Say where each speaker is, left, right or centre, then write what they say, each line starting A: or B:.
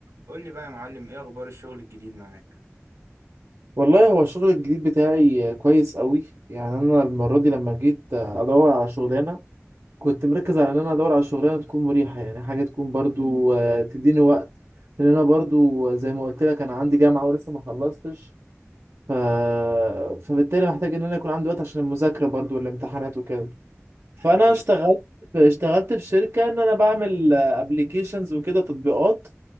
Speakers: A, on the right; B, on the right.
A: قول لي بقى يا معلم ايه اخبار الشغل الجديد معاك
B: والله هو الشغل الجديد بتاعي كويس قوي يعني انا المره دي لما جيت ادور على شغلانه كنت مركز على ان انا ادور على شغلانه تكون مريحه يعني حاجه تكون برضو آه، تديني وقت لان انا برضو زي ما قلت لك انا عندي جامعه ولسه ما خلصتش ف... فبالتالي محتاج ان انا يكون عندي وقت عشان المذاكره برضو والامتحانات وكده فانا
A: حلو
B: اشتغلت
A: ده
B: في... اشتغلت في شركه ان انا بعمل ابلكيشنز وكده تطبيقات